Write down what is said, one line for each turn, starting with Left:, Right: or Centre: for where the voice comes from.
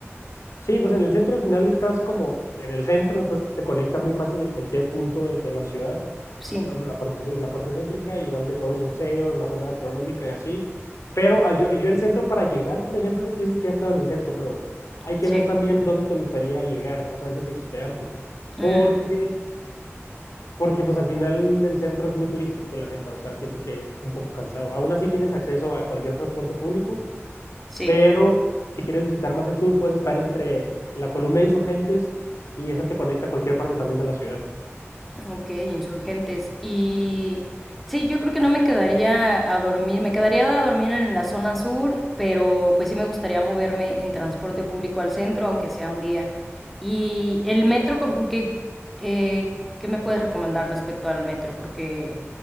Left: Sí, pues en el centro al final estás como en el centro, entonces te conecta muy fácil en cualquier punto de, de la ciudad,
Centre: Sí,
Left: como la parte, pues sí, la parte céntrica, igual de todos los museos, la zona gastronómica y así. Pero ah, yo, yo el centro para llegar, por ejemplo, tú dices que has estado en el centro, pero hay que
Centre: sí.
Left: ver también dónde te gustaría llegar, o sea, es decir, hospedarte. Porque,
Centre: Mm,
Left: porque pues al final el centro es muy turístico, la neta, o sea, siento que es un poco cansado. Aún así tienes acceso a cualquier transporte público,
Centre: sí.
Left: pero si quieres visitar más el sur, puedes estar entre la columna de insurgentes y esa te conecta a cualquier parte también de la ciudad.
Centre: Ok, insurgentes. Y sí, yo creo que no me quedaría a dormir, me quedaría a dormir en la zona sur, pero pues sí me gustaría moverme en transporte público al centro, aunque sea un día. Y el metro, como que, eh, ¿qué me puedes recomendar respecto al metro? Porque